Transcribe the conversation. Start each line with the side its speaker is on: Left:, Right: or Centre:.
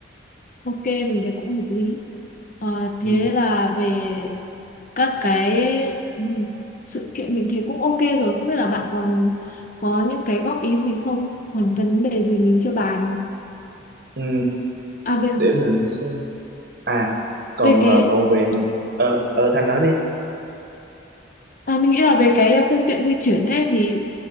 Left: Ok mình thấy cũng hợp lý Ờ, thế
Right: ừ.
Left: là về các cái ừ, sự kiện mình thấy cũng ok rồi không biết là bạn còn có những cái góp ý gì không còn vấn đề gì mình chưa bàn
Right: Ừ,
Left: à về
Right: để mình xem à còn
Left: về cái
Right: ờ, còn về
Left: ờ,
Right: ờ ờ Thanh nói đi
Left: À, mình nghĩ là về cái à, phương tiện di chuyển ấy thì